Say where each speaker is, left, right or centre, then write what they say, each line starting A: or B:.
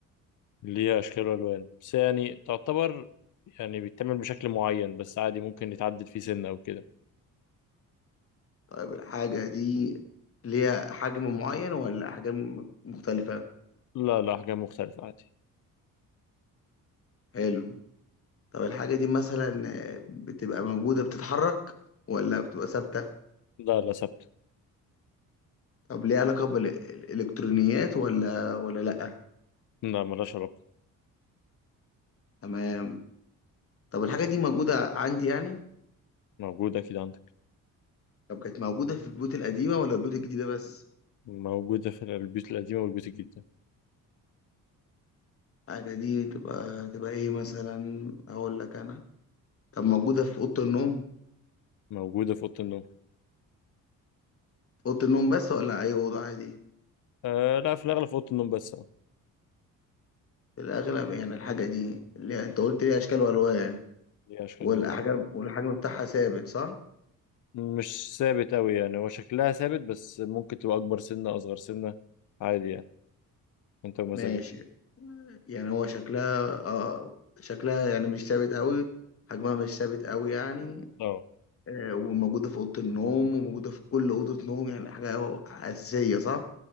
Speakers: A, on the left; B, on the left.
A: ليها اشكال والوان بس يعني تعتبر يعني بيتعمل بشكل معين بس عادي ممكن يتعدل فيه سنه او كده
B: طيب الحاجة دي ليها حجم معين ولا أحجام مختلفة؟
A: لا لا حاجه مختلفه عادي
B: حلو طب الحاجة دي مثلا بتبقى موجودة بتتحرك ولا بتبقى ثابتة؟
A: لا لا ثابته
B: طب ليها علاقة بالإلكترونيات ولا ولا لأ؟
A: لا ملهاش علاقه
B: تمام طب الحاجة دي موجودة عندي يعني؟
A: موجوده كده عندك
B: طب كانت موجودة في البيوت القديمة ولا البيوت الجديدة بس؟
A: موجوده في البيوت القديمه والبيوت الجديده
B: الحاجة دي تبقى تبقى إيه مثلا؟ أقول لك أنا طب موجودة في أوضة النوم؟
A: موجوده في اوضه النوم
B: في أوضة النوم بس ولا أي أوضة عادي؟
A: آه لا في الأغلب في أوضة النوم بس اه
B: في الأغلب يعني الحاجة دي اللي أنت قلت ليها أشكال وألوان
A: هي أشكال
B: والحجم
A: الألوان اه
B: والحجم بتاعها ثابت صح؟
A: مش ثابت أوي يعني هو شكلها ثابت بس ممكن تبقى أكبر سنة أصغر سنة عادي يعني أنت ومزاجك
B: ماشي يعني هو شكلها اه شكلها يعني مش ثابت قوي حجمها مش ثابت قوي يعني
A: اه
B: آه، وموجودة في أوضة النوم وموجودة في كل أوضة نوم يعني حاجة أهو أساسية صح؟